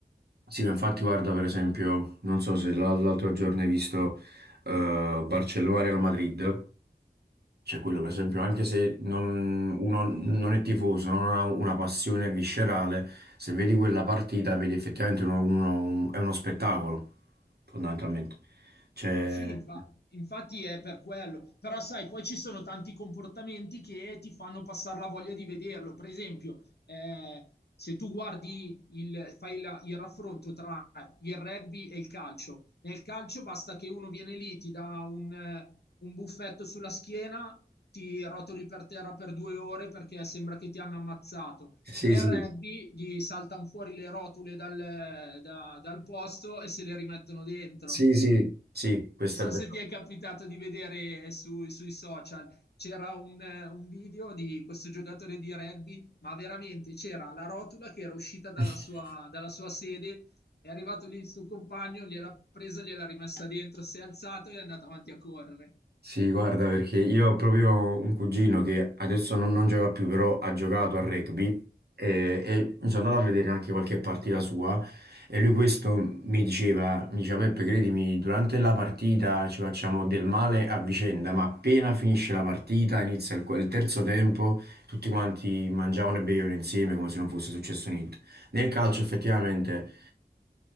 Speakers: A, on the right; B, on the left.
A: Sì, ma infatti guarda per esempio, non so se l'al- l'altro giorno hai visto eh, Barcellona-Real Madrid, cioè quello per esempio, anche se non, uno non è tifoso, non ha una passione viscerale, se vedi quella partita vedi effettivamente uno, uno- un- è uno spettacolo, fondamentalmente. Cioè,
B: Sì, infa- infatti è per quello, però sai, poi ci sono tanti comportamenti che ti fanno passare la voglia di vederlo. Per esempio, eh, se tu guardi il, fai la- il raffronto tra il rugby e il calcio, nel calcio basta che uno viene lì, ti dà un, eh, un buffetto sulla schiena, ti rotoli per terra per due ore perché sembra che ti hanno ammazzato.
A: sì,
B: Nel
A: sì,
B: rugby gli saltano fuori le rotule dal, da- dal posto e se le rimettono dentro.
A: sì, sì, sì, questo
B: Non so
A: è vero.
B: se ti è capitato di vedere eh, su- sui social, c'era un, eh, un video di questo giocatore di rugby, ma veramente c'era la rotola che era uscita dalla
A: <laughs>
B: sua, dalla sua sede, è arrivato lì il suo compagno, gliel'ha presa, gliel'ha rimessa dentro, si è alzato e è andato avanti a correre.
A: Sì, guarda, perché io ho proprio un cugino che adesso non, non gioca più, però ha giocato a rugby e, e mi sono andato a vedere anche qualche partita sua e lui questo mi diceva, mi diceva Peppe, credimi, durante la partita ci facciamo del male a vicenda, ma appena finisce la partita, inizia il, il terzo tempo, tutti quanti mangiavano e bevevano insieme come se non fosse successo niente. Nel calcio effettivamente...